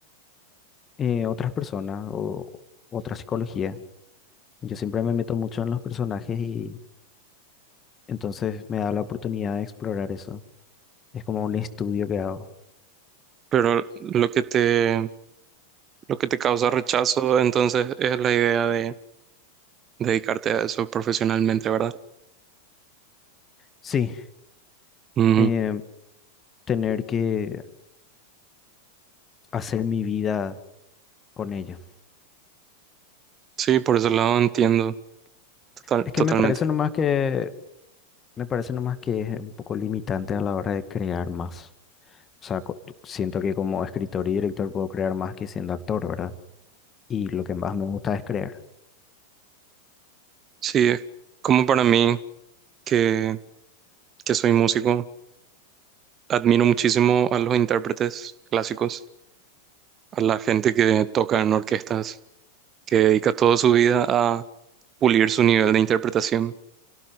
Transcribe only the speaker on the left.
eh, otras personas o otra psicología. Yo siempre me meto mucho en los personajes y entonces me da la oportunidad de explorar eso. Es como un estudio que hago.
Sí,
eh, tener que hacer mi vida con ello.
Es que
me parece nomás que me parece nomás que es un poco limitante a la hora de crear más. O sea, co- siento que como escritor y director puedo crear más que siendo actor, ¿verdad? Y lo que más me gusta es crear.